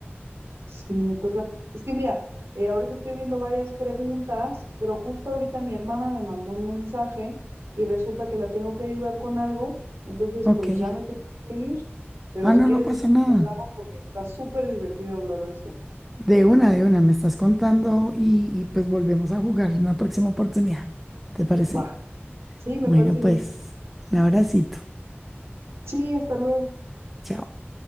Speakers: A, on the right; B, in the centre.
A: sí, me toca. Es que mira, eh, ahorita estoy viendo varias preguntas, pero justo ahorita mi hermana me mandó un mensaje y resulta que la tengo que ayudar con algo, entonces
B: Ok.
A: pues ya me tengo que ir, pero
B: Ah,
A: si
B: no,
A: quieres
B: no pasa
A: después
B: nada.
A: hablamos porque está súper divertido hablar de esto.
B: De una, de una, me estás contando y, y pues volvemos a jugar en una próxima oportunidad. ¿Te parece?
A: Va, sí, me
B: Bueno,
A: parece
B: pues,
A: bien.
B: un abracito.
A: Sí, hasta luego.
B: Chao.